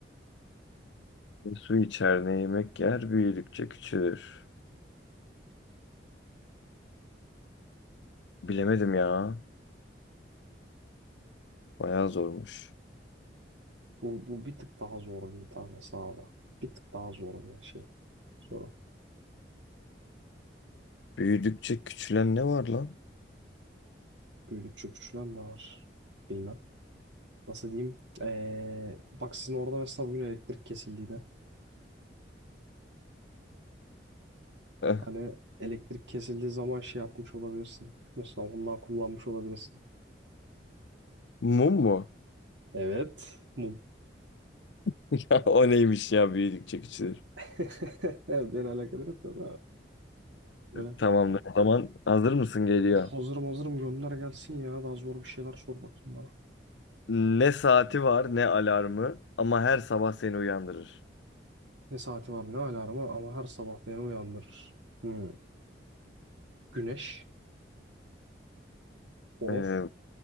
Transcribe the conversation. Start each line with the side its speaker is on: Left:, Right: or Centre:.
Left: Su içer ne yemek yer büyüdükçe küçülür. Bilemedim ya. Bayağı zormuş.
Right: Bu, bu bir tık daha zor bir tane sağda. Bir tık daha zor bir şey. Soru.
Left: Büyüdükçe küçülen ne var lan?
Right: Büyüdükçe küçülen ne var? Bilmem. Nasıl diyeyim? Ee, bak sizin orada mesela bugün elektrik kesildiğinde.
Left: Eh,
Right: Hani elektrik kesildiği zaman şey yapmış olabilirsin. Mesela ondan kullanmış olabilirsin.
Left: mum mu?
Right: Evet. Mum.
Left: <laughs> Ya o neymiş ya büyüdükçe küçülür.
Right: <laughs> Beni alakadar etmez abi. Böyle
Left: Tamamdır. O zaman hazır mısın geliyor.
Right: hazırım hazırım gönder gelsin ya. Daha zor bir şeyler sor bakayım bana.
Left: Ne saati var ne alarmı ama her sabah seni uyandırır.
Right: Ne saati var ne alarmı ama her sabah beni uyandırır. Hmm. Güneş. Horoz.
Left: Ee,